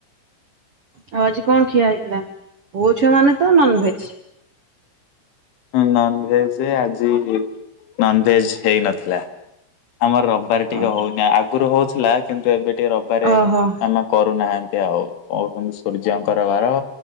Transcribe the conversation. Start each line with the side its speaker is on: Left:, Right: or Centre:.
Right: ଆଉ ଆଜି କଣ ଖିଆ ହେଇଥିଲା? ପୁଅଛୁଆ ମାନେ ତ ନନଭେଜ୍।
Left: ନନଭେଜ୍ ଆଜି ନନଭେଜ୍ ହେଇନ ଥିଲା। ଆମର ରବିବାର ଟିକେ
Right: ଓହୋ
Left: ହୋଉନି ଆଗରୁ ହୋଉଥିଲା କିନ୍ତୁ ଏବେ ଏ ରବିବାରେ
Right: ଓହୋ
Left: ମାମା କରୁନାହାନ୍ତି ଆଉ କୋହୁଚନ୍ତି ସୂର୍ଯ୍ୟଙ୍କର ବାର।